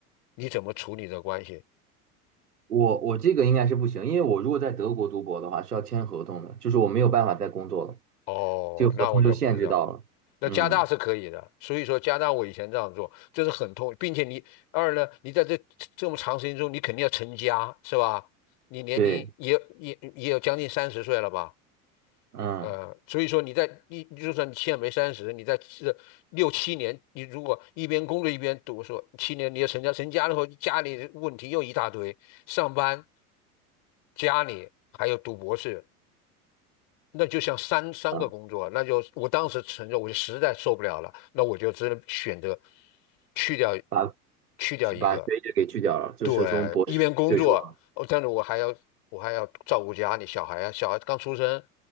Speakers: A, on the left; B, on the right.
A: 你怎么处理这关系？
B: 我我这个应该是不行，因为我如果在德国读博的话是要签合同的，就是我没有办法再工作了，
A: 哦，
B: 这个合同就限制到了。
A: 那我就不知道。那加大是可以的，
B: 嗯。
A: 所以说加大我以前这样做，这是很痛，并且你二呢，你在这这么长时间中，你肯定要成家，是吧？你年龄也也也有将近三十岁了吧？
B: 对，嗯，
A: 呃，所以说你在你就算你现在没三十，你在这六七年，你如果一边工作一边读书，七年你要成家，成家了后家里问题又一大堆，上班、家里还有读博士，那就像三三个工作，
B: 把
A: 那就我当时承认，我就实在受不了了，那我就只能选择去掉，
B: 把
A: 去掉一个。
B: 去把学者给去掉了，就是从博士退出了。
A: 对，一边工作，哦，但是我还要我还要照顾家里小孩啊，小孩刚出生，